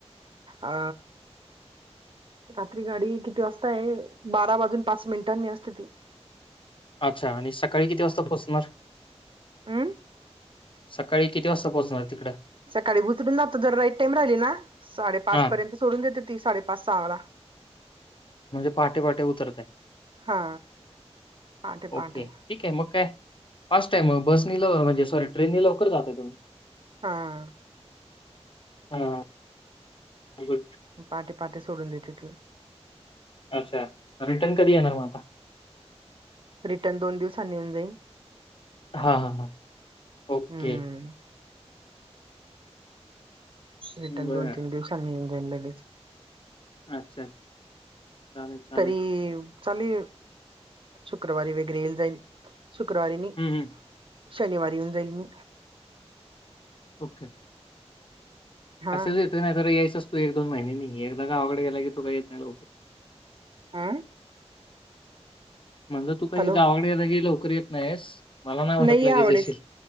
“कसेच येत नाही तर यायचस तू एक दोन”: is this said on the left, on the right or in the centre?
Left